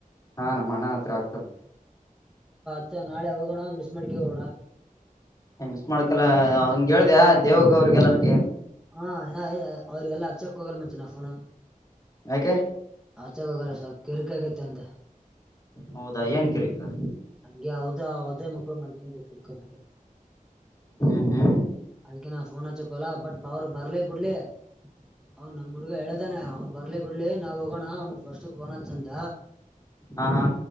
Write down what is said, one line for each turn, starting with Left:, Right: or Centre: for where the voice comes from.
Left: ಹಾ ನಮ್ಮ ಅಣ್ಣ ಹತ್ರ ಆಗ್ತದೆ
Centre: ಅ ನಾಳೆ ಹೋಗೋಣ ಮಿಸ್ ಮಾಡ್ಕ ಹೋಡ
Left: ಮಿಸ್ ಮಾಡಕಲ್ಲ ಅವನ್ಗೆ ಹೇಳ್ದಯ ದೇವ್ಗ ಅವ್ರಿಗೆ ಎಲ್ಲರ್
Centre: ಹಾ ಯ ಅವ್ರಿಗೆಲ್ಲ ಅಚ್ಚಕ್ ಹೋಗಲ್ ಮಚ್ಚನಾ ಫೋನ್
Left: ಯಾಕೆ
Centre: ಆಚಾಗ ಹೋಗಲ್ಲ ಸ್ವಲ್ಪ ಕಿರಿಕ ಆಗೈತೆ ಅಂತ
Left: ಹೌದಾ ಏನ್ ಕಿರಿಕ್ಕು
Centre: ಹಂಗೆ ಹದ ಅವದೇ ಮಕ್ಳು ಮಾಡ್ಕೊಂಡ ಬಿರ್ಕ ನಂಗೆ
Left: ಹಾ
Centre: ಅದ್ಕ ನಾ ಫೋನ್ ಹಚಕಲ ಬಟ್ ಅವರು ಬರ್ಲಿ ಬಿಡ್ಲಿ ಅವನ್ ನಮ್ ಹುಡ್ಗ ಹೇಳದಾನೆ ಅವ್ನ್ ಬರ್ಲಿ ಬರ್ಲಿ ನಾವ್ ಹೋಗೋಣ ಅವ್ನ್ ಫರ್ಸ್ಕ್ ೋನ್ತ್ಂದ
Left: ಹಾ ಹಾ